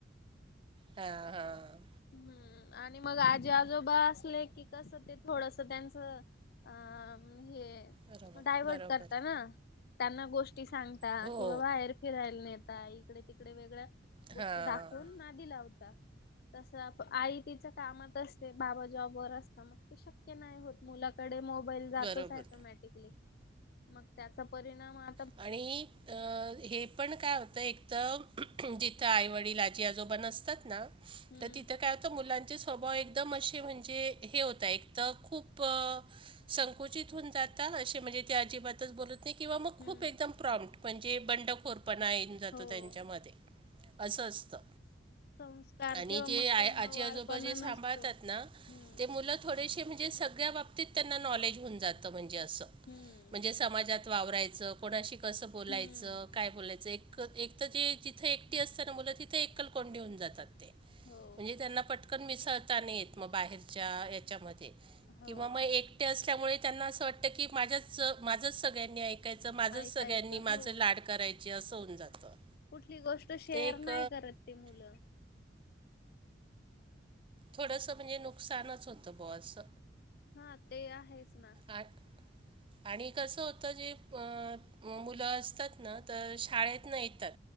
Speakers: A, on the right (about 30°); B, on the left (about 55°).
A: हम्म हम्म
B: हम्म आणि मग आजी आजोबा असले की कस ते थोडस त्यांचं अं हे
A: बरोबर
B: डायव्हर्ट
A: बरोबर
B: करता
A: आहे.
B: ना. त्यांना गोष्टी सांगता
A: हो
B: किंवा बाहेर फिरायला नेता इकडे तिकडे वेगळ गोष्टी
A: हां
B: दाखवून नादि लावता. तसं आई तिच्या कामात असते, बाबा जॉबवर असतात मग ते शक्य नाही होत. मुलाकडे मोबाईल जातोच
A: बरोबर
B: ऑटोमॅटिकली, मग त्याचा परिणाम आ
A: आणि हे पण काय हो त एक तर जिथं आई, वडील, आजी, आजोबा न नसतात ना
B: हम्म
A: तर तिथं काय होतं मुलां चे स्वभाव एकदम असे म्हणजे हे होता एक तर खूप संकुचितन होऊन जाता, म्हणजे ते अजिबातच बोलत नाही किंवा मग खूप
B: हम्म
A: एकदम प्रॉम्प्ट म्हणजे बंडखोरपणा येऊन जातो
B: हो.
A: त्यांच्यामध्ये असं असतं.
B: संस्कार
A: आणि
B: किंवा
A: जे
B: मग
A: आ
B: ते मवाळपणा
A: आजी आजोबा जे सांभाळतात
B: नसतो
A: ना
B: हम्म
A: ते मुलं थोडेसे म्हणजे सगळ्या बाबतीत त्यांना नॉलेज होऊन जातं म्हणजे असं
B: हम्म.
A: म्हणजे समाजात वावरायचं कोणाशी कसं बोलायचं,
B: हम्म
A: काय बोलायचं, एक एक तर जे जिथे एकटी असत मुल तिथे एकल कोंडी होऊन जाता ते
B: हो
A: म्हणजे त्यांना पट कण मिसळता नाहीेत मग बाहेरच्या याच्यामध्ये
B: हो
A: किंवा मग एक एकटे असल्यामुळे त्यांना असं वाटतं की माझ्याच माझंच सगळ्यांनी एक माझं
B: ऐकायचं
A: सगळ्यांनी माझ
B: हो
A: लाड करायची असं होऊन जातं.
B: कुठली गोष्ट शेअर
A: ते एक
B: नाही करत ते मुलं
A: थोडस म्हणजे नुकसानच होतं बॉ अस.
B: हा ते आहेच ना.
A: आ आणि कसं होतं जे म मुलं असतात ना तर शाळेत न येतात.